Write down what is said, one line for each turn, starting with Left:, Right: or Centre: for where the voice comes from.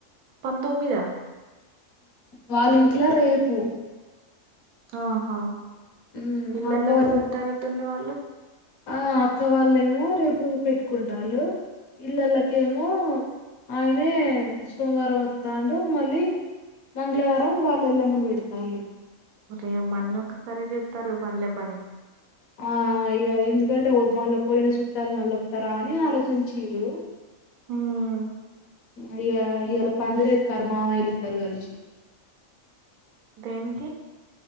Right: పంతొమ్మిద
Left: వాళ్ళింట్ల రేపు
Right: ఆహా
Left: మ్
Right: ఇల్లల్లో
Left: అక్క వాళ్ళ
Right: కి వత్తారాట్టు ఉంది వాళ్ళు
Left: ఆ అక్క వాళ్ళేమో రేపు పెట్టుకుంటాల్లు ఇల్లలకేమో ఆయనే సోమవారం వత్తాండు మళ్ళీ మంగళవారం వాళ్ళు ఎల్లమ్మ ను పెడుతళ్ళు
Right: రెహమాన్న ఒకసారే చెత్తరు పనిల పని
Left: ఆ ఎందుకంటే మళ్ళా పోయిన చుట్టాలు మళ్ళ వస్తారా అని ఆలోచించ్చిన్రు
Right: ఉమ్
Left: అ ఇగా ఇయలా పందరేస్తాన్రు మామయ్యలు ఇద్దరు కలిసి
Right: దేనికి